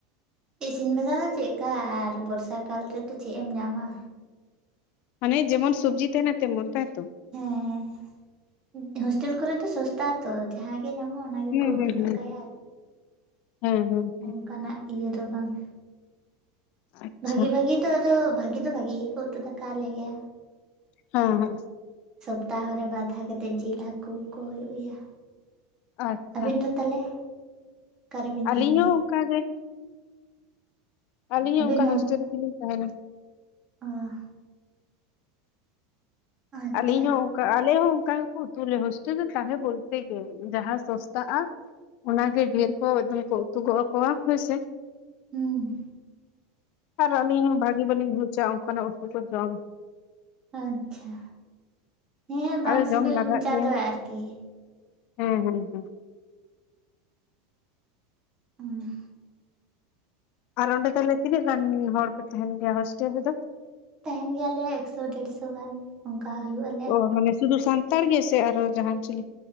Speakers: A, on the right; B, on the left.
A: ᱤᱥᱤᱱ ᱵᱟᱥᱟᱝ ᱫᱚ ᱪᱮᱜ ᱠᱟ ᱟᱨ ᱵᱚᱨᱥᱟ ᱠᱟᱞ ᱨᱮᱫᱚ ᱪᱮᱫ ᱮᱢ ᱧᱟᱢᱟ?
B: ᱢᱟᱱᱮ ᱡᱮᱢᱚᱱ ᱥᱚᱵᱽᱡᱤ ᱛᱟᱦᱮᱱᱟ ᱛᱮᱢᱚᱱ ᱛᱟᱭ ᱛᱚ?
A: ᱦᱮᱸ ᱦᱳᱥᱴᱮᱞ ᱠᱚᱨᱮ ᱫᱚ ᱥᱚᱥᱛᱟ ᱛᱚ ᱡᱟᱦᱟᱸ ᱜᱮ ᱧᱟᱢᱚᱜᱼᱟ, ᱚᱱᱟ ᱜᱮᱠᱚ
B: ᱦᱩᱸ ᱦᱩᱸ
A: ᱩᱛᱩ
B: ᱦᱩᱸ
A: ᱫᱟᱠᱟᱭᱟ ᱟᱨ
B: ᱦᱮᱸ ᱦᱮᱸ ᱾
A: ᱚᱱᱠᱟᱱᱟᱜ ᱤᱭᱟᱹ ᱫᱚ ᱵᱟᱝ ᱾
B: ᱟᱪᱪᱷᱟ
A: ᱵᱷᱟᱹᱜᱤ ᱵᱷᱟᱹᱜᱤ ᱫᱚ ᱟᱫᱚ ᱵᱷᱟᱹᱜᱤ ᱫᱚ ᱵᱷᱟᱹᱜᱤ ᱜᱮ ᱠᱚ ᱩᱛᱩ ᱫᱟᱠᱟ ᱟᱞᱮ ᱜᱮᱭᱟ ᱾
B: ᱦᱚᱸ ᱦᱚᱸ᱾
A: ᱥᱚᱯᱛᱟᱦᱚ ᱨᱮ ᱵᱟᱨᱫᱷᱟᱣ ᱠᱟᱛᱮᱫ ᱡᱤᱞ ᱦᱟᱹᱠᱩ ᱠᱚ ᱦᱩᱭᱩᱜ ᱜᱮᱭᱟ᱾
B: ᱟᱪᱪᱷᱟ
A: ᱟᱹᱵᱤᱱ ᱫᱚ ᱛᱟᱦᱚᱞᱮ᱾ ᱚᱠᱟ ᱨᱮᱵᱤᱱ
B: ᱟᱹᱞᱤᱧ
A: ᱛᱟᱦᱮᱱ ᱜᱮᱭᱟ
B: ᱦᱚᱸ ᱚᱱᱠᱟ ᱜᱮ᱾ ᱟᱹᱞᱤᱧ ᱦᱚᱸ
A: ᱟᱹᱵᱤᱱ
B: ᱚᱱᱠᱟ ᱦᱳᱥᱴᱮᱞ ᱨᱮᱜᱮᱞᱤᱧ ᱛᱟᱦᱮᱱᱟ᱾
A: ᱦᱩᱸ ᱟᱪᱪᱷᱟ
B: ᱟᱹᱞᱤᱧ ᱦᱚᱸ ᱚᱱ ᱠᱟ ᱟᱞᱮ ᱦᱚᱸ ᱚᱱᱠᱟ ᱜᱮᱠᱚ ᱩᱛᱩ ᱟᱞᱮ ᱦᱳᱥᱴᱮᱞ ᱨᱮ ᱛᱟᱦᱮᱸ ᱵᱚᱞᱛᱮ ᱜᱮ ᱡᱟᱦᱟᱸ ᱥᱚᱥᱛᱟᱜᱼᱟ᱾ ᱚᱱᱟᱜᱮ ᱰᱷᱮᱨ ᱠᱚ ᱮᱠᱫᱚᱢ ᱠᱚ ᱩᱛᱩ ᱜᱚᱜ ᱟᱠᱚᱣᱟ ᱦᱳᱭᱥᱮ᱾
A: ᱦᱩᱸ᱾
B: ᱟᱨ ᱟᱹᱞᱤᱧ ᱦᱚᱸ ᱵᱷᱟᱜᱤ ᱵᱟᱹᱞᱤᱧ ᱵᱩᱡᱟ ᱚᱱᱠᱟᱱᱟᱜ ᱩᱛᱩ ᱠᱚ ᱡᱚᱢ᱾
A: ᱟᱪᱪᱷᱟ ᱦᱮᱸ ᱵᱟᱝ
B: ᱟᱫᱚ
A: ᱥᱤᱵᱤᱞ
B: ᱡᱚᱢ ᱞᱟᱜᱟᱜ
A: ᱢᱩᱪᱟ
B: ᱜᱮᱭᱟ
A: ᱫᱚ ᱟᱨᱠᱤ᱾
B: ᱦᱮᱸ, ᱦᱮᱸ, ᱦᱮᱸ ᱾
A: ᱦᱩᱸ
B: ᱟᱨ ᱚᱸᱰᱮ ᱛᱟᱦᱚᱞᱮ ᱛᱤᱱᱟᱹᱜ ᱜᱟᱱ ᱦᱚᱲ ᱯᱮ ᱛᱟᱦᱮᱱ ᱜᱮᱭᱟ ᱦᱳᱥᱴᱮᱞ ᱨᱮᱫᱚ?
A: ᱛᱟᱦᱮᱱ ᱜᱮᱭᱟᱞᱮ ᱮᱠᱥᱚ ᱰᱮᱲᱥᱚ ᱜᱟᱱ ᱚᱱᱠᱟ ᱦᱩᱭᱩᱜᱼᱟ ᱾
B: ᱚ ᱢᱟᱱᱮ ᱥᱩᱫᱷᱩ ᱥᱟᱱᱛᱟᱲ ᱜᱮ ᱥᱮ ᱟᱨᱦᱚᱸ ᱡᱟᱦᱟᱱ ᱪᱤᱞᱤ᱾